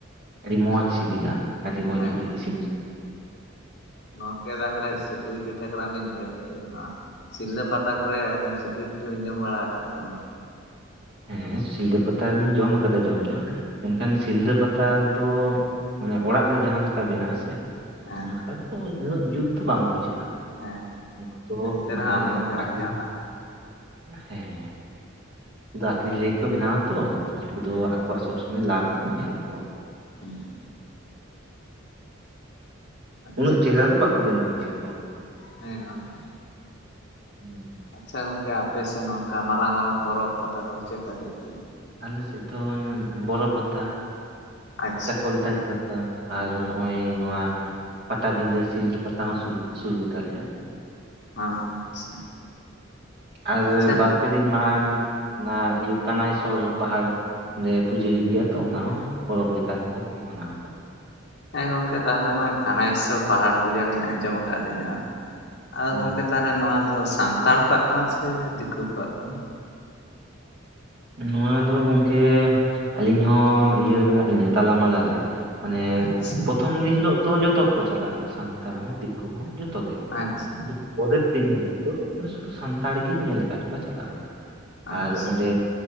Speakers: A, on the right (about 55°); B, on the left (about 55°).
A: ᱟᱹᱰᱤ ᱢᱚᱸᱡᱽ ᱥᱤᱵᱤᱞᱟ ᱟᱹᱰᱤ ᱢᱚᱸᱡᱽ
B: ᱦᱮᱸ
A: ᱡᱩᱫᱤ
B: ᱜᱚᱝᱠᱮ
A: ᱤᱥᱤᱱ ᱪᱤ
B: ᱜᱚᱝᱠᱮ ᱛᱟᱦᱟᱞᱮ ᱥᱩᱠᱨᱤ ᱯᱤᱴᱷᱟᱹ ᱠᱷᱚᱱᱟᱜ ᱞᱤ ᱩᱭᱦᱟᱹᱨ ᱠᱮᱜᱼᱟ ᱡᱮ ᱱᱚᱣᱟ ᱥᱤᱞᱫᱟᱹ ᱯᱟᱛᱟ ᱠᱚᱨᱮ ᱟᱹᱵᱤᱱ ᱥᱤᱠᱨᱤ ᱯᱤᱴᱷᱟᱹ ᱵᱤᱱ ᱡᱚᱢ ᱵᱟᱲᱟ ᱠᱟᱜᱼᱟ ᱥᱮ ᱵᱟᱝ?
A: ᱦᱮᱸ ᱥᱤᱞᱫᱟᱹ ᱯᱟᱛᱟᱨᱮᱞᱤᱧ ᱡᱚᱢ ᱠᱟᱫᱟ ᱡᱚᱢ ᱫᱚ ᱢᱮᱱᱠᱷᱟᱱ ᱥᱤᱞᱫᱟᱹ ᱯᱟᱛᱟ ᱫᱚ ᱢᱟᱱᱮ ᱚᱲᱟᱜ ᱨᱮ ᱡᱟᱦᱟᱸ ᱞᱮᱠᱟ ᱵᱮᱱᱟᱜ ᱟᱥᱮ
B: ᱦᱮᱸ
A: ᱚᱱᱠᱟ ᱩᱱᱟᱹᱜ ᱡᱩᱛ ᱫᱚ ᱵᱟᱝ ᱵᱩᱡᱷᱟᱹᱜᱼᱟ
B: ᱦᱮᱸ
A: ᱩᱱᱠᱩ ᱛᱚ
B: ᱮᱱᱛᱮ
A: ᱢᱟᱱᱮ
B: ᱨᱮᱦᱚᱸ ᱟᱵᱚ ᱵᱚᱱ ᱡᱚᱢ
A: ᱟᱹᱠᱷᱨᱤᱧ
B: ᱜᱮᱭᱟ ᱚᱱᱟ ᱠᱚᱨᱮ
A: ᱦᱮᱸ ᱩᱱᱠᱩ ᱫᱚ ᱟᱠᱷᱨᱤᱧ ᱞᱟᱹᱜᱤᱫ ᱠᱚ ᱵᱮᱱᱟᱣᱟ ᱛᱚ ᱛᱚ ᱩᱱᱠᱩ ᱫᱚ
B: ᱦᱮᱸ
A: ᱟᱠᱚᱣᱟᱜ ᱥᱚᱵ ᱥᱚᱢᱚᱭ ᱞᱟᱵᱷᱽ ᱠᱚ ᱧᱮᱞᱟᱠᱚ᱾
B: ᱦᱮᱸ ᱟᱪᱪᱷᱟ
A: ᱩᱱᱟᱹᱜ ᱪᱮᱦᱨᱟ ᱫᱚ ᱵᱟᱠᱚ ᱵᱮᱱᱟᱣ ᱜᱮᱭᱟ ᱠᱚ᱾
B: ᱦᱮᱸ ᱜᱚᱝᱠᱮ᱾
A: ᱦᱩᱸ᱾
B: ᱟᱪᱪᱷᱟ ᱜᱚᱝᱠᱮ ᱟᱯᱮ ᱥᱮᱫ ᱚᱱᱠᱟ ᱢᱟᱨᱟᱝ ᱢᱟᱨᱟᱝ ᱯᱚᱨᱚᱵᱽ ᱯᱟᱛᱟ ᱠᱚᱫᱚ ᱪᱮᱫᱠᱟ ᱦᱩᱭᱩᱜ ᱜᱮᱭᱟ?
A: ᱟᱞᱮ ᱥᱮᱫ ᱫᱚ ᱢᱟᱱᱮ ᱵᱚᱨᱚ ᱯᱟᱛᱟ᱾
B: ᱟᱪᱪᱷᱟ
A: ᱪᱟᱠᱚᱞ ᱛᱟᱲᱤ ᱯᱟᱛᱟ ᱟᱨ ᱱᱚᱜᱼᱚᱭᱼ ᱱᱚᱣᱟ ᱯᱟᱴᱟᱵᱤᱸᱫᱷᱟᱹ ᱥᱤᱞᱫᱟᱹ ᱯᱟᱛᱟ ᱦᱚᱸ ᱥᱩᱨ ᱥᱩᱨ ᱜᱮ ᱛᱟᱞᱮᱭᱟ᱾
B: ᱚᱸᱻ ᱟᱪᱪᱷᱟ᱾
A: ᱟᱨᱻ
B: ᱟᱪᱪᱷᱟ
A: ᱵᱟᱨᱫᱼᱼ ᱯᱮ ᱫᱤᱱ ᱢᱟᱲᱟᱝ ᱚᱱᱟ ᱤᱭᱟᱹ ᱠᱟᱱᱟᱭ ᱥᱚ-ᱨ ᱯᱟᱦᱟᱲ ᱚᱸᱰᱮ ᱯᱩᱡᱟᱹ ᱦᱩᱭᱩᱜ ᱜᱮᱭᱟ᱾ ᱛᱚ ᱚᱱᱟ ᱦᱚᱸ ᱯᱚᱨᱚᱵᱽ ᱞᱮᱠᱟ ᱜᱮ ᱠᱚ ᱢᱟᱱᱟᱣᱟᱠᱚ᱾
B: ᱦᱮᱸ ᱜᱚᱝᱠᱮ ᱛᱟᱦᱚᱞᱮ ᱱᱚᱜᱼᱚᱭ ᱠᱟᱱᱟᱮᱥᱥᱚᱨ ᱯᱟᱦᱟᱲ ᱯᱩᱡᱟ ᱞᱤᱧ ᱟᱸᱡᱚᱢ ᱟᱠᱟᱫ ᱟᱞᱤᱧᱟ ᱦᱚᱸ᱾ ᱟᱫᱚ
A: ᱦᱩᱸ
B: ᱜᱚᱢᱠᱮ ᱛᱟᱦᱚᱞᱮ ᱱᱚᱣᱟ ᱫᱚ ᱥᱟᱱᱛᱟᱲ ᱠᱚᱣᱟᱜ ᱠᱟᱱᱟ ᱥᱮ ᱫᱤᱠᱩ ᱠᱚᱣᱟᱜ ᱠᱟᱱᱟ?
A: ᱱᱚᱣᱟ ᱫᱚ ᱜᱚᱝᱠᱮ ᱟᱹᱞᱤᱧ ᱦᱚᱸ ᱤᱭᱟᱹ ᱨᱮ ᱢᱮᱱᱟᱜ ᱞᱤᱧᱟᱹ ᱛᱟᱞᱟ ᱢᱟᱞᱟ ᱨᱮ᱾ ᱢᱟᱱᱮ
B: ᱟᱪᱪᱷᱟ
A: ᱯᱨᱚᱛᱷᱚᱢ ᱫᱤᱱ ᱦᱤᱞᱳᱜ ᱫᱚ ᱡᱷᱚᱛᱚ ᱠᱚ ᱪᱟᱞᱟᱜ ᱟᱠᱚ ᱥᱟᱱᱛᱟᱲ ᱦᱚᱸ ᱫᱤᱼᱼ ᱠᱩ ᱦᱚᱸ ᱡᱷᱚᱛᱚ ᱜᱮ᱾
B: ᱟᱪᱪᱷᱟ
A: ᱯᱚᱨᱮᱨ ᱫᱤᱱ ᱦᱤᱞᱳᱜ ᱫᱚ ᱢᱟᱱᱮ ᱥᱩᱫᱷᱩ ᱥᱟᱱᱛᱟᱲ ᱜᱤᱧ ᱧᱮᱞ ᱟᱠᱟᱫ ᱠᱚᱣᱟ ᱪᱟᱞᱟᱜ ᱫᱚ᱾
B: ᱟᱪᱪᱷᱟ
A: ᱟᱨ ᱚᱸᱰᱮ